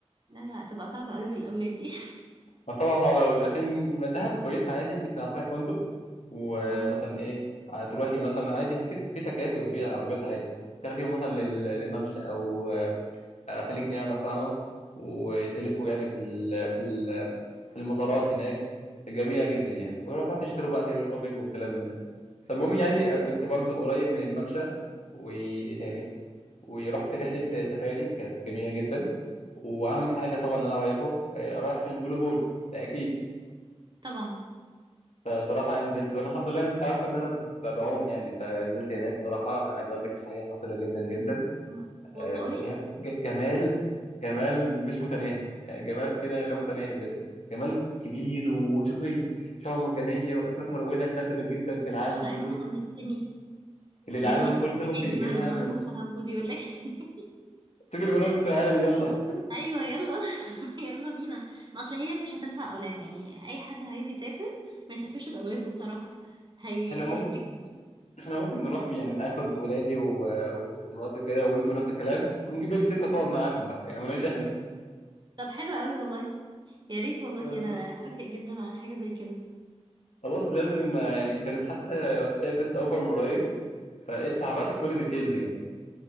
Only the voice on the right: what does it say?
لا لا تبقى صعبة قوي بالأولاد دي
<laughs> اه
انت بحكي
طبعا
م- والله
لا لا
انت حمستني
باني
هسيب ولادي
و-
واروح انا وجوزي ولا إيه؟ <laughs>
ايوه يلا <laughs> يلا بينا ما اصل هي مش هتنفع اولاد يعني اي حد عايز يسافر ما يسافرش باولاده بصراحة هي...
هيتنكد
طب حلو قوي والله يا ريت
والله انا <laughs> اوافق جدا على حاجه زي كده